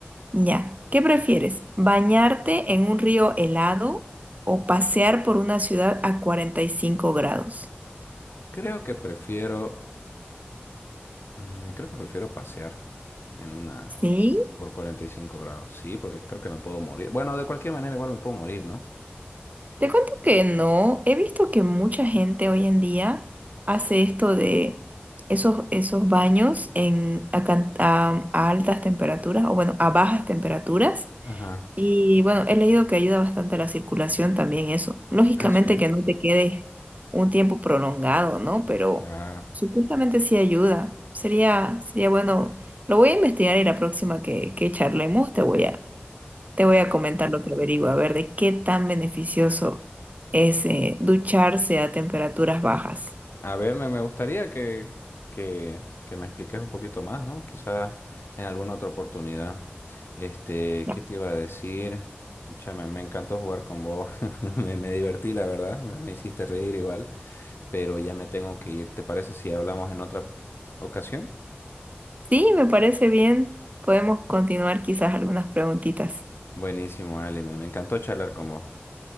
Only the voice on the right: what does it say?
Ya. ¿Qué prefieres? ¿Bañarte en un río helado o pasear por una ciudad a 45 grados?
¿Sí?
Te cuento que no, he visto que mucha gente hoy en día hace esto de esos, esos baños en, a, can- a- a altas temperaturas o bueno, a bajas temperaturas.
Y bueno, he leído que ayuda bastante a la circulación también eso. Lógicamente
que no te quedes un tiempo prolongado, ¿no? Pero
supuestamente sí ayuda. Sería, sería bueno, lo voy a investigar y la próxima que, que charlemos te voy a, te voy a comentar lo que averiguo, a ver de qué tan beneficioso es eh, ducharse a temperaturas bajas.
Ya.
Sí, me parece bien. Podemos continuar quizás algunas preguntitas.